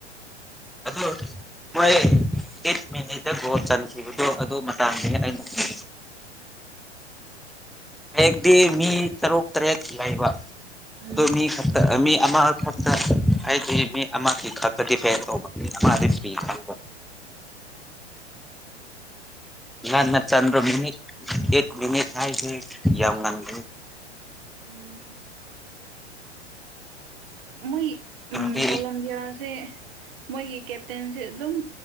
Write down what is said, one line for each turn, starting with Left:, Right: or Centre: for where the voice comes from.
Centre: ꯑꯗꯨꯗꯣ <unintelligible> ꯃꯣꯏ ꯑꯩꯠ ꯃꯤꯅꯤꯠꯇ ꯒꯣꯜ ꯆꯟꯈꯤꯕꯗꯣ ꯑꯗꯨ ꯃꯇꯥꯡꯗꯒꯤ ꯑꯩꯅ ꯍ ꯍꯗꯤ ꯃꯤ ꯇꯔꯨꯛ ꯇꯔꯦꯠꯀꯤ ꯌꯥꯏꯕ
Right: ꯎꯝ
Centre: ꯑꯣ ꯃꯤ ꯈ ꯃꯤ ꯑꯃꯈꯛꯇ ꯍꯥꯏꯗꯤ ꯃꯤ ꯑꯃꯒꯤ ꯈꯛꯇ ꯗꯤꯄꯦꯟ ꯇꯧꯕ ꯃꯤ ꯑꯃꯗꯤ ꯐ꯭ꯔꯤ ꯈꯪꯕ
Right: ꯎ <unintelligible>
Centre: ꯉꯟꯅ ꯆꯟꯗ꯭ꯔꯣ ꯃꯤꯅꯤꯠ ꯑꯦꯠ ꯃꯤꯅꯤꯠ ꯍꯥꯏꯁꯦ ꯌꯥꯝ ꯉꯝꯒꯤꯅꯤ
Right: ꯎꯝ ꯃꯣꯏ
Centre: ꯇꯤꯝꯗꯤ
Right: ꯎꯝ ꯀꯣꯂꯝꯕꯤꯌꯥꯥꯁꯦ ꯃꯣꯏꯒꯤ ꯀꯦꯞꯇꯦꯟꯖꯦ ꯑꯗꯨꯝ